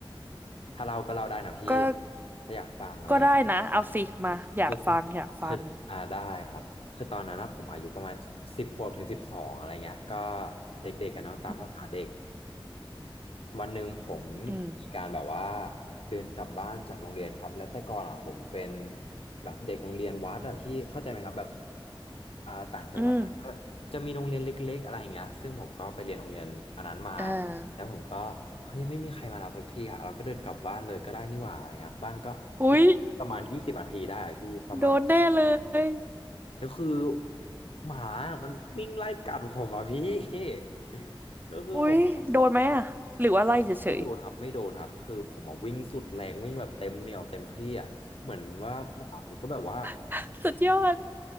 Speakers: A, on the left (about 85°); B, on the right (about 20°).
A: ถ้าเล่าก็เล่าได้นะพี่
B: ก็
A: ถ้าอยากฟังอะไร
B: ก็ได้นะเอาสิมาอยากฟังอยากฟัง
A: คือคืออ่าได้ครับคือตอนนั้นนะผมอายุประมาณสิบขวบถึงสิบสองอะไรเงี้ยก็เด็กๆกันเนาะตามภาษาเด็ก
B: อืม
A: วันหนึ่งผม
B: อืม
A: มีการแบบว่าเดินกลับบ้านจากโรงเรียนครับแล้วแต่ก่อนอ่ะผมเป็นแบบเด็กโรงเรียนวัดอะพี่เข้าใจไหมครับแบบอ่าต่างจังหวัดไปก็จะมีโรงเรียนเล็กๆอะไรเงี้ยซึ่งผมก็ไปเรียนโรงเรียนอันนั้นมา
B: อืมเออ
A: แล้วผมก็เฮ้ยไม่มีใครมารับสักทีอ่ะเราก็เดินกลับบ้านเลยก็ได้นี่หว่าอะไรเงี้ยบ้านก็มันประมาณยี่สิบนาทีได้อะพี่ประมาณ
B: อุ๊ยโดนแน่เลย
A: แล้วคือหมามันวิ่งไล่กัดผมอ่ะพี่ <laughs> แล้วคือผมอะ
B: อุ๊ยโดนไหมอ่ะหรือว่าไล่เฉย
A: ไม่โดนครับไม่โดนครับคือผมอ่ะวิ่งสุดแรงวิ่งแบบเต็มเหนี่ยวเต็มที่อ่ะเหมือนว่าหมามันก็แบบว่า
B: ๆ <laughs> สุดยอด